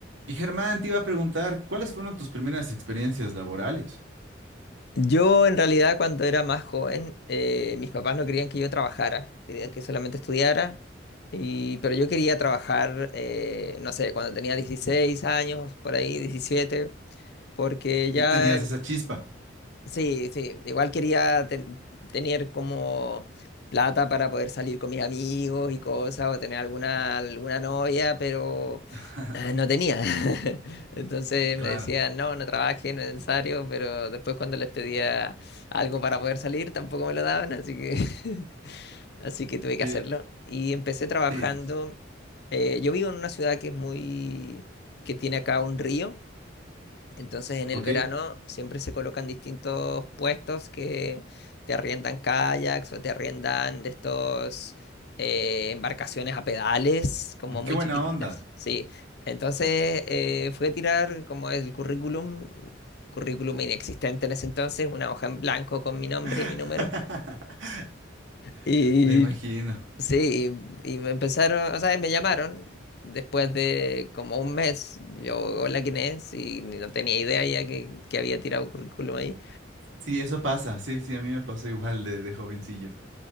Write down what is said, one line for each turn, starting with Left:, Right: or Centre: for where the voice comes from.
Right: Y Germán, te iba a preguntar, ¿cuáles fueron tus primeras experiencias laborales?
Left: Yo en realidad cuando era más joven, eh, mis papás no querían que yo trabajara, querían que solamente estudiara, y, pero yo quería trabajar, eh, no sé, cuando tenía 16 años, por ahí 17 porque ya
Right: Ya tenías esa chispa.
Left: Sí, sí, igual quería ten- tener como plata para poder salir con mis amigos y cosas, o tener alguna, alguna novia, pero
Right: <laughs>
Left: eh, no tenía. <laughs> Entonces
Right: Claro.
Left: me decían, no, no trabajes, no es necesario, pero después cuando les pedía algo para poder salir, tampoco me lo daban, así que, <laughs> así que tuve
Right: Que-
Left: que hacerlo. Y empecé trabajando.
Right: Sí,
Left: eh, yo vivo en una ciudad que es muy, que tiene acá un río. Entonces en el
Right: ok.
Left: verano siempre se colocan distintos puestos que te arriendan kayaks o te arriendan de estos eh, embarcaciones a pedales, como muy
Right: Qué buena
Left: chiquititas.
Right: onda.
Left: Sí. Entonces eh, fui a tirar como el currículum, currículum inexistente en ese entonces, una hoja en blanco con mi nombre
Right: <laughs>
Left: y mi número. Y
Right: Me imagino.
Left: Sí, y, y me empezaron, o sea, me llamaron después de como un mes. Yo, hola, ¿quién es? Y ni- no tenía idea ya que, que había tirado currículum ahí.
Right: Sí, eso pasa. Sí, sí, a mí me pasó igual de, de jovencillo.